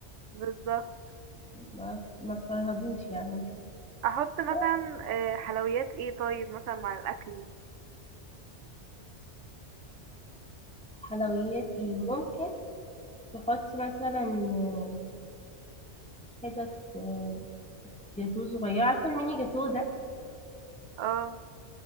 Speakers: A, on the right (about 85°); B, in the centre.
A: بالظبط
B: فما ما تفرهدوش يعني كده
A: احط مثلا
B: بس
A: آه حلويات ايه طيب مثلا مع الاكل
B: حلويات ايه ممكن تحطي مثلا آه، حتت آه، جاتوه صغيرة عارفة الميني جاتوه ده
A: اه